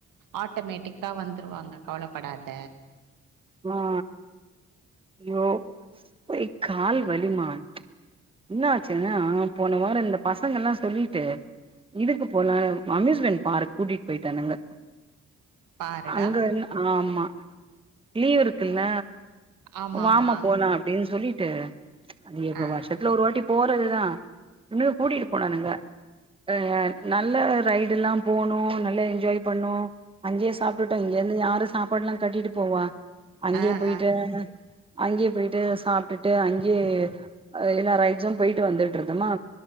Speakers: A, on the right; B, on the right.
A: ஆட்டோமேட்டிக்கா வந்துருவாங்க கவலப்படாத
B: மா யோ ஒரே கால் வலிமா என்னாச்சுனா போன வாரோ இந்த பசங்கெல்லா சொல்லீட்டு இதுக்கு போலம் அம்யூஸ்மெண்ட் பார்க் கூட்டிட்டு போய்ட்டானுங்க
A: பாருடா
B: ஹங்கன் ஆமா லீவ் இருக்குல்ல
A: ஆமா
B: வாமா
A: ஆமா
B: போலா அப்டின்னு சொல்லிட்டு இது இப்ப
A: ஆ
B: வருஷத்துல ஒரு வாட்டி போறதுதா ன்னு கூட்டிட்டு போனானுங்க ஆ நல்ல ரைடுலா போனு நல்லா என்ஜாய் பண்ணு அங்கே சாப்டுட்டோ இங்கிருந்து யாரு சாப்பாடுலா கட்டிட்டு போவா அங்கே
A: ஆ
B: போய்ட்டு
A: ஆ
B: அங்கே போய்ட்டு சாப்டுட்டு அங்கே எல்லா ரைட்ஸு போய்ட்டு வந்துட்டுருந்தமா